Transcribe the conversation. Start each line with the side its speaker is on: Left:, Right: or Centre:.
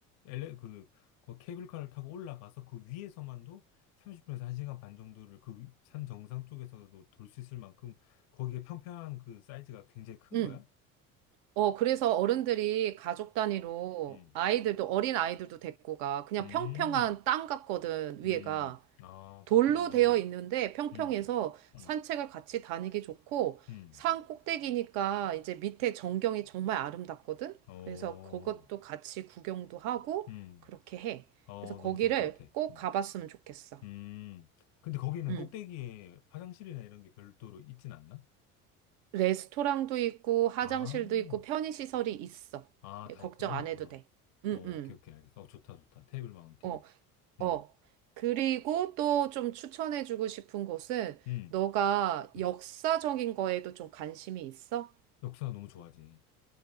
Left: 엘레, 그, 그 케이블카를 타고 올라가서 그 위에서만도 30분에서 1시간 반 정도를 그 위- 산 정상 쪽에서도 돌 수 있을 만큼 거기에 평평한 그 사이즈가 굉장히 큰
Right: 응.
Left: 거야?
Right: 어, 그래서 어른들이 가족 단위로
Left: 음,
Right: 아이들도 어린 아이들도 데리고 가. 그냥
Left: 음,
Right: 평평한 땅 같거든, 위에가.
Left: 음. 아,
Right: 돌로
Left: 그렇구나.
Right: 되어 있는데 평평해서
Left: 음, 음,
Right: 산책을 같이 다니기 좋고
Left: 음.
Right: 산 꼭대기니까 이제 밑에 전경이 정말 아름답거든.
Left: 어,
Right: 그래서 그것도 같이 구경도 하고
Left: 음.
Right: 그렇게 해.
Left: 어,
Right: 그래서 거기를
Left: 너무 좋을 것 같아.
Right: 꼭
Left: 음.
Right: 가봤으면 좋겠어.
Left: 음. 근데 거기는
Right: 음.
Left: 꼭대기에 화장실이나 이런 게 별도로 있진 않나?
Right: 레스토랑도 있고 화장실도
Left: 아,
Right: 있고 편의시설이 있어.
Left: 아,
Right: 예,
Left: 다
Right: 걱정
Left: 있구나.
Right: 안 해도
Left: 어,
Right: 돼. 음,
Left: 어,
Right: 음.
Left: 오케이, 오케이, 알겠어. 어, 좋다, 좋다. 테이블 마운틴.
Right: 어,
Left: 음,
Right: 어. 그리고 또 좀 추천해주고 싶은 곳은
Left: 음,
Right: 너가
Left: 음.
Right: 역사적인 거에도 좀 관심이 있어?
Left: 역사 너무 좋아하지.